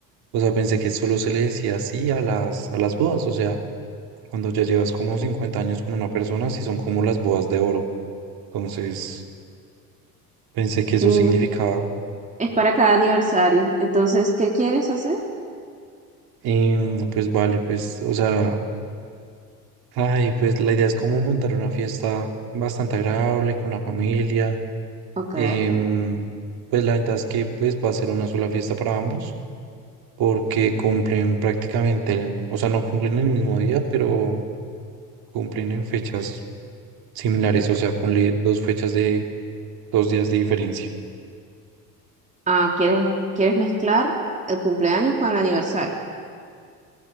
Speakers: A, on the right (about 50°); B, on the right (about 15°).
A: o sea, pensé que solo se le decía así a las, a las bodas, o sea, cuando ya llevas como 50 años con una persona, sí son como las bodas de oro. Entonces, pensé que eso
B: Mm,
A: significaba,
B: Es para cada aniversario. Entonces, ¿qué quieres hacer?
A: em, pues vale, pues, o sea, ay, pues la idea es como montar una fiesta bastante agradable con la familia.
B: Ok.
A: em, pues la ventaja es que pues va a ser una sola fiesta para ambos porque cumplen prácticamente el, o sea, no cumplen el mismo día, pero cumplen en fechas similares, o sea, ponle dos fechas de dos días de diferencia.
B: Ah, ¿quieres, quieres mezclar el cumpleaños con el aniversario?